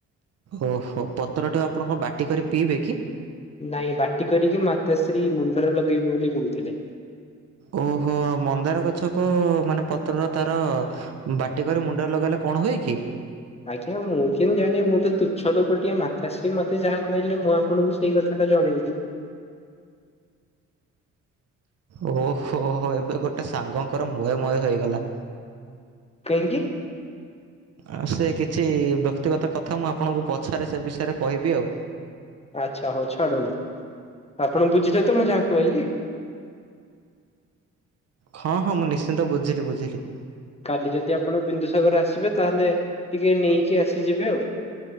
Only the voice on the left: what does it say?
ନାଇଁ ବାଟି କରିକି ମାତାଶ୍ରୀ ମୁଣ୍ଡରେ ଲଗେଇବୁ ବୋଲି କହୁଥିଲେ।
ଆଜ୍ଞା ମୁଁ କେମନ୍ତି ଜାଣିବି ମୁଁ ତୁଚ୍ଛ ଲୋକଟିିଏ ମାତାଶ୍ରୀ ମତେ ଯାହା କହିଲେ ମୁଁ ଆପଣଙ୍କୁ ସେଇ କଥା ଟା ଜଣେଇଲି।
କାହିଁକି?
ଆଚ୍ଛା ହଉ ଛାଡ଼ନ୍ତୁ। ଆପଣ ବୁଝିଲେ ତ ମୁଁ ଯାହା କହିଲି?
କାଲି ଯଦି ଆପଣ ବିନ୍ଦୁସାଗର ଆସିବେ ତାହେଲେ ଟିକେ ନେଇକି ଆସିଯିବେ ଆଉ।